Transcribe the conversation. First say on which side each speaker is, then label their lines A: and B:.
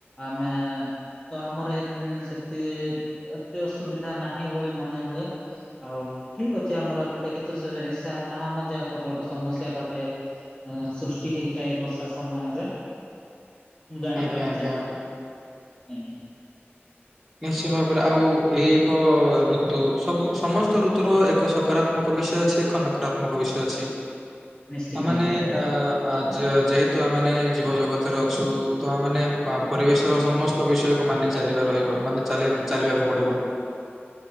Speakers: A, on the left; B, in the centre.
A: ଆମେ ତ ଆମର ଏ ହୁଁ <unintelligible> ଏତେ ଅସୁବିଧା ନାହିଁ ବୋଳି ମନେହୁଏ। ଆଉ ଠିକ୍ ଅଛି ଆମର ଏପଟେ କିନ୍ତୁ ସେସା ତାହା ମଧ୍ୟ ଏକ ବଡ ସମସ୍ୟା ଭାବେ ସୃଷ୍ଟି ହେଇଥାଏ ବର୍ଷା ସମୟରେ। ମୁଁ ଜାଣିପାରୁଚି,
B: ଆଜ୍ଞା ଆଜ୍ଞା।
A: ଆଜ୍ଞା।
B: ନିଶ୍ଚୟ ଭାବରେ ଆଉ ଏଇ ଏକ ଋତୁ ସବୁ ସମସ୍ତ ଋତୁର ଏକ ସକାରା ତ୍ମକ ବିଷୟ ଅଛି ଏକ ନକାତ୍ମକ ବିଷୟ ଅଛି,
A: ନିଶ୍ଚିତ
B: ଆଉ ମାନେ
A: ଆଜ୍ଞା
B: ଅ ଆ ଜ ଯେହେତୁ ଆମେମାନେ ଜୀବ ଜଗତରେ ଅଛୁ ତ ଆମେମାନେ ପରିବେଶର ସମସ୍ ତ ବିଷୟକୁ ମାନି ଚାଲିବା ରହିବ, ମାନେ ଚାଲି ଚାଲିବାକୁ ପଡିବ।